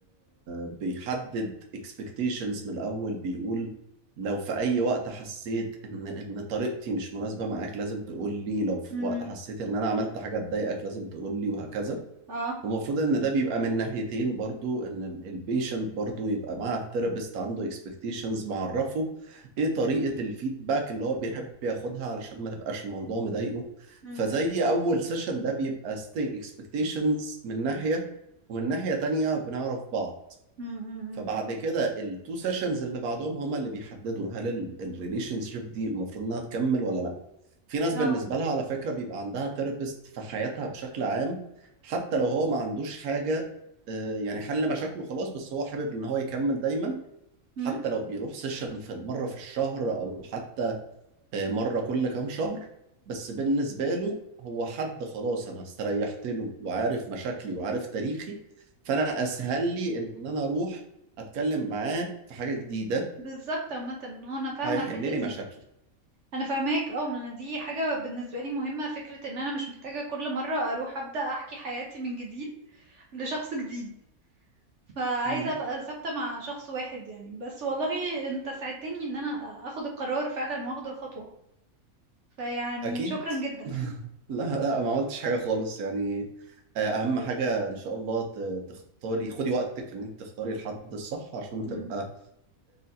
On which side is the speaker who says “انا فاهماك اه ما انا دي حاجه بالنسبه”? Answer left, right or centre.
Right